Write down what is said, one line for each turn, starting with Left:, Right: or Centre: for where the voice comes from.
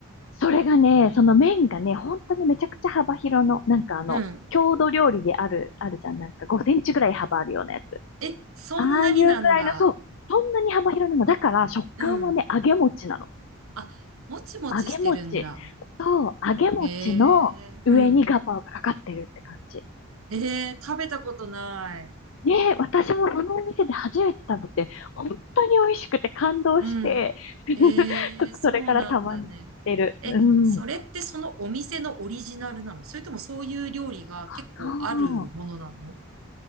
Left: それがね、その麺がね、本当にめちゃくちゃ幅広の、なんかあの、
Right: うん。
Left: 郷土料理である、あるじゃん。なんか5センチぐらい幅あるようなやつ。
Right: え、そんなになんだ。
Left: ああいうぐらいの、そう。そんなに幅広なの。だから、食感はね、
Right: うん。
Left: 揚げ餅なの。
Right: あ、もちもちしてるんだ。
Left: 揚げ餅。そう、揚げ餅の上にガパオがかかってるって感じ。
Right: へえ、うん。ええ、食べたことない。
Left: ねえ、私もそのお店で初めて食べて、本当に美味しくて感動して、
Right: うん。
Left: <laughs> ち
Right: ええ、
Left: ょっとそれからたまに行ってる。
Right: そうなんだね。え、
Left: うん。
Right: それってそのお店のオリジナルなのそれともそういう料理が結構あるものなの
Left: ああ、